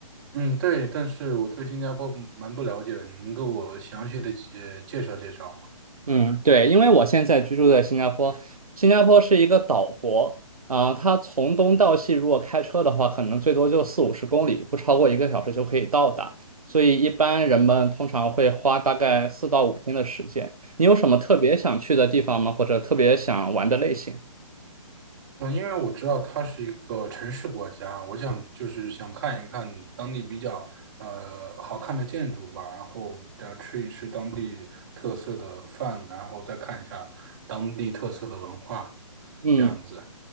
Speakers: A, on the right (about 35°); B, on the right (about 85°).
A: 嗯，对，但是我对新加坡蛮不了解的，你能给我详细的呃介绍介绍吗？
B: 嗯，对，因为我现在居住在新加坡，新加坡是一个岛国啊，它从东到西如果开车的话，可能最多就四五十公里，不超过一个小时就可以到达，所以一般人们通常会花大概四到五天的时间。你有什么特别想去的地方吗？或者特别想玩的类型？
A: 嗯，因为我知道它是一个城市国家，我想就是想看一看当地比较呃好看的建筑吧，然后呃吃一吃当地特色的饭，然后再看一下当地特色的文化，
B: 嗯。
A: 这样子。